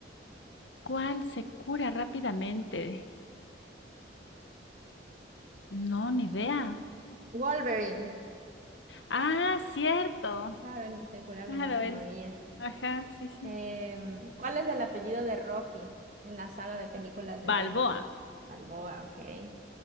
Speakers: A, on the left; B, on the right.
A: ¿Cuál se cura rápidamente? No, ni idea.
B: Wolverine.
A: Ah, cierto.
B: Claro, él se curaba
A: Claro,
B: y no se
A: él.
B: moría.
A: Ajá, sí, sí.
B: Em, ¿cuál es el apellido de Rocky en la saga de películas del
A: Balboa.
B: mismo título? Balboa, ok.